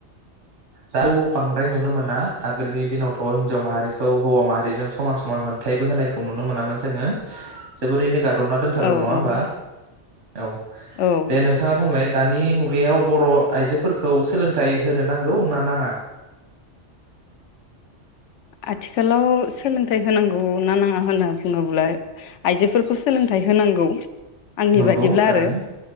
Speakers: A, on the right; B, on the left.
A: दा थ बांद्राय नुनो मोना आगोलनि दिनावथ हिनजाव माहारिखौ हौवा माहारिजों समान समान मोनथायबो होनायखौ नुनो मोनामोन जोङो जोबोरैनो गादबना दोनथारोमोन
B: औ औ
A: नङा होनबा। औ
B: औ
A: दे नोंथाङा बुंलाय दानि मुगायाव बर‌' आइजोफोरखौ सोलोंथाइ होनोनां गौ होनना नाङा?
B: आथिखालाव सोलोंथाइ होनांगौ ना नाङा होनना बुङोब्ला आइजोफोरखौ सोलोंथाइ होनांगौ। आंनि
A: नंगौ
B: बायदिब्ला
A: थारैनो
B: आरो